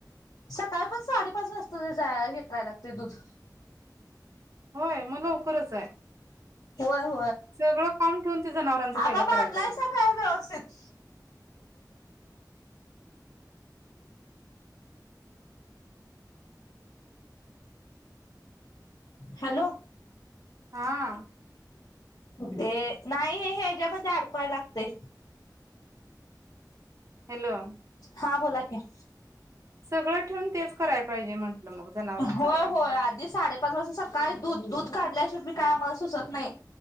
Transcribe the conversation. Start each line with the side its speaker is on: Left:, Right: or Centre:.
Left: सकाळी पण साडेपाच वाजता ते जा हे करायला लागते दूध
Right: होय मला कचा आहे
Left: हो
Right: सगळं काम ठेवून ते जनावरांचं
Left: हा
Right: पहिला
Left: बा ब
Right: करायला
Left: आणलायचा
Right: पाहिजे मग
Left: काय व्यवस्थित हॅलो
Right: हा
Left: ते नाही हे हच्यामध्ये अडकवाय लागते
Right: हॅलो
Left: हा फोला क
Right: सगळं ठेवून तेच करायला पाहिजे म्हंटलं मग जनावरांच
Left: होय
Right: आधी
Left: होय आधी साडेपाच वाजता सकाळी दूध दूध काढल्या शिव मी काय आम्हाला सुचत नाही